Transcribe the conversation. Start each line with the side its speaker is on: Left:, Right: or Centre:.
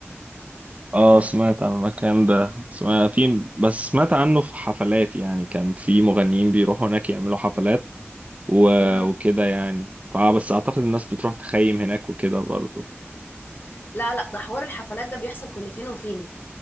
Right: اه سمعت عن المكان ده سمعت في بس سمعت عنه في حفلات يعني كان في مغنيين بيروحوا هناك يعملوا حفلات و...
Left: مهم.
Right: وكده يعني فبس اعتقد الناس بتروح تخيم هناك وكده برضه
Left: لا لا ده حوار الحفلات ده بيحصل كل فين وفين